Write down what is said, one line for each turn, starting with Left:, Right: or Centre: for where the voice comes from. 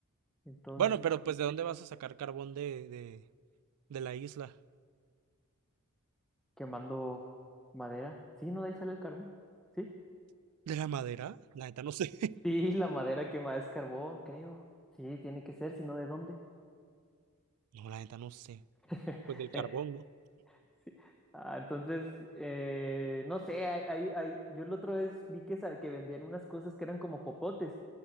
Centre: Entonces,
Right: Bueno, pero pues ¿de dónde vas a sacar carbón de, de, de la isla?
Centre: quemando madera. Sí, ¿no? De ahí sale el carbón. Sí.
Right: ¿De la madera? La neta no sé. <laughs>
Centre: Sí, <laughs> la madera quemada es carbón, creo. Sí, tiene que ser, si no, ¿de dónde?
Right: No, la neta no sé.
Centre: <laughs>
Right: Pues del carbón, ¿no?
Centre: Sí. Ah, entonces, eh, no sé, hay, hay- hay- yo la otra vez vi que, sa- que vendían unas cosas que eran como popotes,